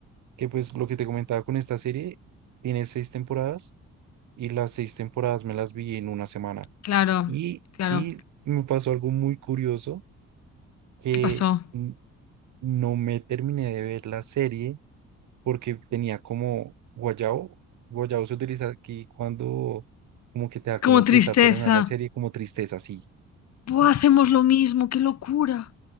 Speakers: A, on the right; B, on the left.
A: que pues lo que te comentaba con esta serie tiene seis temporadas y las seis temporadas me las vi en una semana
B: Claro,
A: y,
B: claro.
A: y me pasó algo muy curioso que
B: ¿Qué pasó?
A: mm, no me terminé de ver la serie porque tenía como guayabo guayabo se utiliza aquí cuando como que te da como
B: Como
A: pesar
B: tristeza.
A: terminar la serie, como tristeza, sí.
B: Buah, hacemos lo mismo, qué locura.